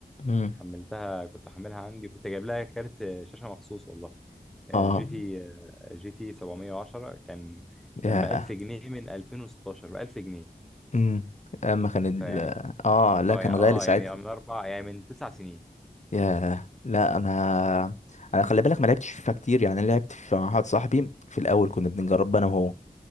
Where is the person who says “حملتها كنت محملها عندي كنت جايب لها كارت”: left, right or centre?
Centre